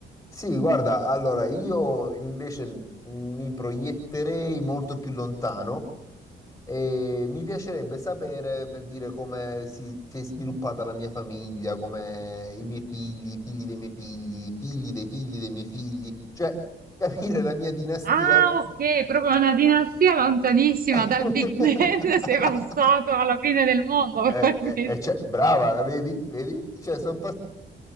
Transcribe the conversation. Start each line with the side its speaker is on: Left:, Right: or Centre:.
Left: Sì, guarda, allora io invece mi proietterei molto più lontano e mi piacerebbe sapere per dire come si, si è sviluppata la mia famiglia, come i miei figli, i figli dei miei figli, i figli dei figli dei miei figli, cioè capire la mia dinastia.
Right: Ah, ok, proprio una dinastia lontanissima
Left: <laughs>
Right: dal Big Bang <laughs> sei passato alla fine del mondo, probabilmente.
Left: Eh, eh, eh, cioè, brava, vedi? Vedi? Cioè, sono